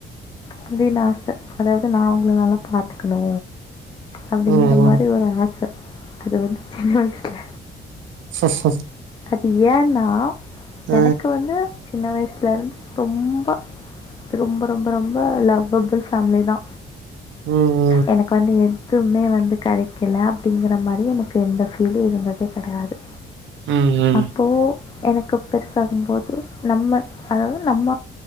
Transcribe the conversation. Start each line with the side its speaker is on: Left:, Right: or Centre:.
Left: அப்டின் ஆச அதாவது நா அவங்கள நல்லா பாத்துக்கணூ அப்டிங்கிற
Right: ம் ம்
Left: மாறி
Right: ம்
Left: ஒரு ஆச அது வந்து சின்ன வயசுல
Right: சர் சரி
Left: அது ஏன்னா
Right: அ
Left: எனக்கு வந்து சின்ன வயசுல இருந்து ரொம்ப ரொம்ப ரொம்ப ரொம்ப லவ்வபுள் ஃபேம்லிதா
Right: ம்
Left: எனக்கு வந்து எதுவுமே வந்து கெடைக்கல அப்டிங்கிற மாறி எனக்கு எந்த ஃபீலு இருந்ததே கெடையாது
Right: ம் ம்
Left: அப்போ எனக்கு பெருசாகும்போது நம்ம அதாவது நம்ம